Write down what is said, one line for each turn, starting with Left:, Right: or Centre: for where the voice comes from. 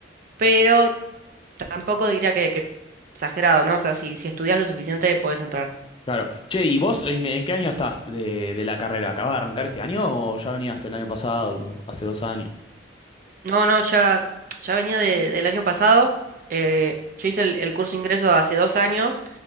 Right: pero tampoco diría que, que exagerado, ¿no? O sea, si, si estudias lo suficiente, podés entrar.
Left: Claro. Che, ¿y vos en, en qué año estás de, de la carrera? ¿Acabas de arrancar este año o ya venías el año pasado, hace dos años?
Right: No, no, ya, ya venía de- del año pasado. Eh, yo hice el, el curso de ingreso hace dos años.